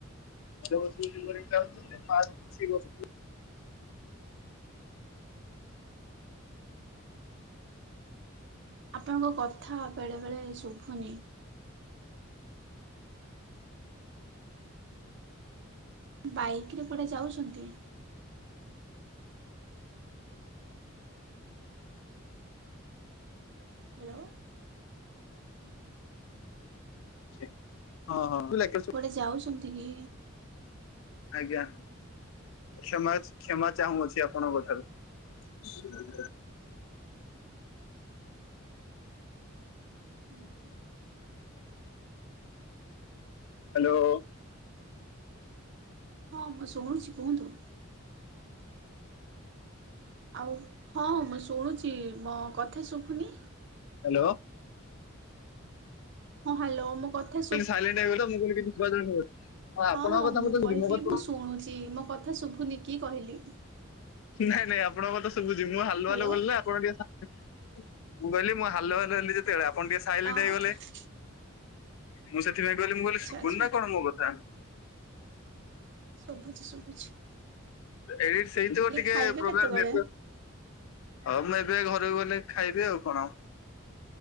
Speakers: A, on the left (about 70°); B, on the right (about 60°).
A: ଯୋଉ ବସି ବସି ବୋରିଂ ଲାଗୁଚି ପାର୍କ ଆସିକି ବସିଥିବେ।
B: ଆପଣଙ୍କ କଥା ବେଳେ ବେଳେ ଶୁଭୁନି। ବାଇକରେ କୁଆଡେ ଯାଉଚନ୍ତି? ହ୍ୟାଲୋ
A: ସିଏ ହଁ ହଁ ଲାକି।
B: କୁଆଡେ ଯାଉଚନ୍ତି କି?
A: ଆଜ୍ଞା। କ୍ଷମା ଅଛି କ୍ଷମା ଚାହୁଁଅଛି ଆପଣଙ୍କ ଠାରୁ।
B: ହୁଁ ହୁଁ।
A: ହାଲୋ।
B: ହଁ ମୁଁ ଶୁଣୁଛି କୁହନ୍ତୁ। ଆଉ ହଁ ମୁଁ ଶୁଣୁଛି ମୋ କଥା ଶୁଭୁନି?
A: ହାଲୋ।
B: ହଁ ହାଲୋ ମୋ କ ଥା ଶୁ
A: ସାଇଲେଣ୍ଟ ହେଇଗଲ ମୁଁ କହିଲି କିଛି ଶୁଭାଯାଉନି ବୋଲି। ଆପଣଙ୍କ
B: ହଁ ହଁ
A: କଥା
B: ମୁଁ
A: ମତେ ଶୁଭୁଛି
B: କହିଲି
A: ମୋ କଥା
B: ମୁଁ ଶୁଣୁଚି ମୋ କ ଥା ଶୁଭୁନି କି କହିଲି।
A: ନାଇଁ ନାଇଁ ଆପଣଙ୍କ କଥା ଶୁଭୁଚି ମୁଁ ହାଲୋ
B: ହ୍ୟାଲୋ
A: ହାଲୋ କଲିନା ଆପଣ ଟିକେ ସା ମୁଁ କହିଲି ମୁଁ ହାଲୋ ହାଲୋ ହେଲି ଯେତେବେଳେ ଆପଣ ଟିକେ ସାଇଲେଣ୍ଟ୍
B: ଅ ଆଚ୍ଛା
A: ହେଇଗଲେ ମୁଁ ସେଥିପାଇଁ କହିଲି ମୁଁ କହିଲି ଶୁଭୁନି
B: ଆଚ୍ଛା
A: ନା କଣ ମୋ କଥା।
B: ଶୁଭୁଚି ଶୁଭୁଚି।
A: ଏଇ ସେଇ ଯୋଉ ଟିକେ
B: ଖାଇବେ
A: ପ୍ରୋବ୍ଲେଟ
B: କେତେବେଳେ?
A: ନିଦ ହଉ ମୁଁ ଏବେ ଘରକୁ ଗଲେ ଖାଇବି ଆଉ କଣ?